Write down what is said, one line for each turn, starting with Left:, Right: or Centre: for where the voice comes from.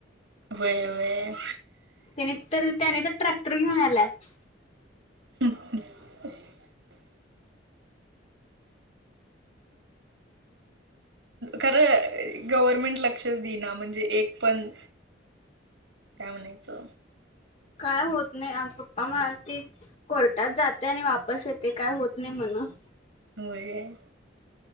Right: वय वय
Left: त्यानी तर त्याने तर ट्रॅक्टर घेऊन आलात
Right: हम् खरं गव्हर्मेंट लक्षच देना म्हणजे एक पण काय म्हणायचो
Left: काय होत नाही आज पप्पा म त कोर्टात जाते आणि वापस येत ते काय होत नाही म्हण
Right: होय